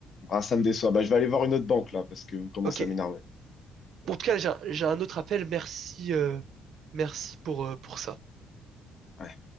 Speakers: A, on the left (about 45°); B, on the right (about 55°).
A: Ah, ça me déçoit. Bah, je vais aller voir une autre banque, là, parce que vous commencez
B: Ok.
A: à m'énerver.
B: En tout cas, j'ai un, j'ai un autre appel. Merci, euh, merci pour, euh, pour ça.
A: Ouais.